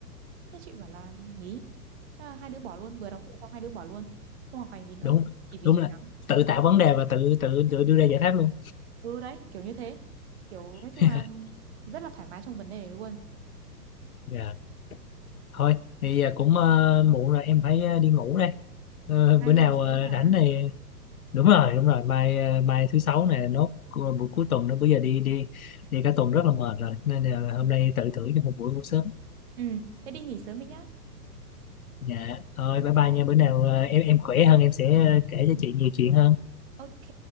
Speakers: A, on the right; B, on the left.
A: Thế chị bảo là nghỉ. Thế là hai đứa bỏ luôn, vừa đóng tiền xong hai đứa bỏ luôn. Không học hành gì nữa,
B: đúng
A: chỉ vì
B: đúng
A: trời
B: là
A: nắng.
B: tự tạo vấn đề và tự tự tự đưa ra giải pháp luôn
A: Ừ đấy, kiểu như thế. Kiểu nói chung
B: <laughs>
A: là rất là thoải mái trong vấn đề này luôn.
B: dạ thôi thì à, cũng ờ, muộn rồi em phải ờ, đi ngủ đây Ờ,
A: Hai
B: bữa
A: đi
B: nào
A: em sớm
B: ờ,
A: hả?
B: rảnh này đúng rồi đúng rồi mai ờ, mai thứ sáu này nốt cu- buổi cuối tuần nữa bây giờ đi đi đi cả tuần rất là mệt rồi nên là hôm nay tự thử cho một buổi ngủ sớm
A: Ừ, thế đi nghỉ sớm đi nhá.
B: dạ thôi
A: Bye
B: bye bye
A: bye.
B: nha bữa nào ờ, em em khỏe hơn em sẽ ờ, kể cho chị nhiều chuyện hơn
A: Ok,